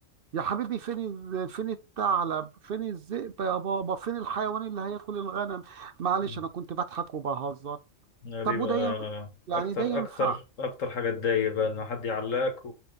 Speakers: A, on the right (about 55°); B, on the left (about 75°).
A: يا حبيبي فين الز- فين الثعلب فين الذئب يا بابا فين الحيوان اللي هياكل الغنم معلش
B: مم.
A: انا كنت بضحك وبهزر
B: دي
A: طب
B: بقى
A: وده ينفع يعني
B: أكتر
A: ده ينفع
B: أكتر أكتر حاجة تضايق بقى إن حد يعلقك